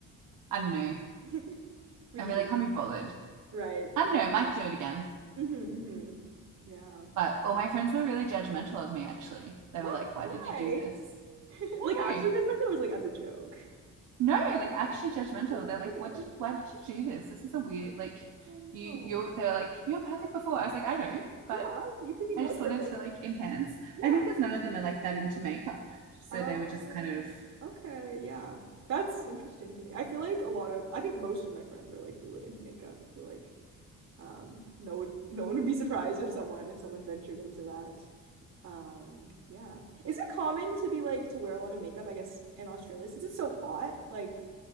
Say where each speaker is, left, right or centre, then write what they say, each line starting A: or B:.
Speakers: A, on the right; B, on the right.
A: I don't know,
B: <laughs> Would
A: I really
B: you do it?
A: can't be bothered.
B: Right.
A: I
B: Yeah.
A: don't know, I might do it again.
B: hmm hmm Yeah.
A: But all my friends were really judgmental of me. Actually, they
B: What?
A: were like, "Why
B: Why?
A: did you do this?"
B: <laughs> Like,
A: I
B: actually,
A: don't know.
B: doesn't that it was like as a joke?
A: No, like actually judgmental.
B: Oh
A: They're like,
B: my goodness.
A: what did, why did you do this? This is a weird, like,
B: Oh
A: you,
B: no.
A: you, they're like, you're perfect before. I was like, I know, but
B: Yeah, you can be more
A: I just
B: perfect.
A: wanted to like enhance.
B: Yeah.
A: I think because none of them are like that into makeup. So
B: Oh,
A: they were just kind of,
B: okay. Yeah. That's interesting to me. I feel like a lot of, I think most of my friends are like really into makeup. I feel like. Um, no would no one would be surprised if someone if someone ventured into that. Um, yeah. Is it common to be like to wear a lot of makeup, I guess, in Australia since it's so hot? Like,